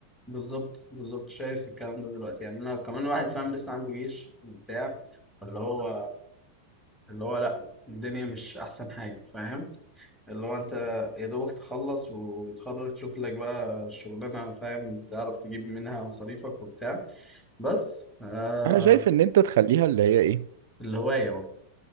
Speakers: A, in the centre; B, on the right (about 55°).
A: بالظبط بالظبط شايف الكلام ده دلوقتي يعني انا كمان واحد فاهم لسه عنده جيش وبتاع اللي هو اللي هو لا الدنيا مش احسن حاجه فاهم اللي هو انت يا دوبك تخلص وتخرج تشوف لك بقى الشغلانه فاهم تعرف تجيب منها مصاريفك وبتاع بس آه
B: انا شايف ان انت تخليها اللي هي ايه
A: الهوايه بقى